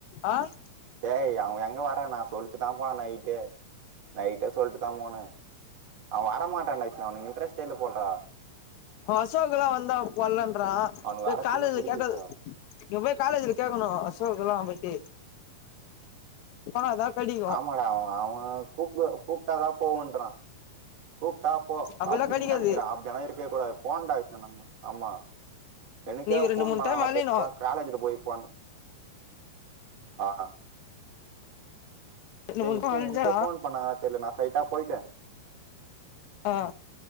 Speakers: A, on the left; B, on the right.
A: ஆஹ்
B: டேய் அவே எங்க வர்றேனா நா சொல்ட்டு தா போனே நைட்டே நைட்டே சொல்ட்டு தா போனே அவ வர மாட்டன்டா விஷ்ணு அவனுக்கு இன்ட்ரஸ்ட்டே இல்ல போல்றா
A: அசோக் எல்லா வந்தா போலன்றா
B: அவனுக்கு வரத்துக்கே
A: காலேல
B: புடிக்கலடா
A: கேட்டது இங்க போய் காலேஜ்ல கேட்கணு அசோக் எல்லா போயிட்டு ஆஹ் என்னா கடி
B: ஆமாடா அவெ அவெ கூப்புட கூப்ட்டாதா போவேன்றா கூப்ட்டா போ
A: அப்பல்லா
B: அப்டின்
A: கெடைக்காது
B: நெனக்கிறா அப்டிலா இருக்கக் கூடாது போண்டா ஆமா இத்தனக்கா
A: நீ ஒரு ரெண்டு
B: ஃபோன்
A: மூணு
B: பண்ணாங்ளா
A: டைம் அலையணு
B: தெரில காலேஜ்ல போய் ஃபோனு ஆஹா
A: ரெண்டு
B: டே
A: மூணு
B: விஷ்ணு
A: டைம் அலஞ்சா
B: எனக்கே ஃபோன் பண்ணாங்களா தெர்ல நா ஸ்டைட்டா போயிட்டே
A: ஆ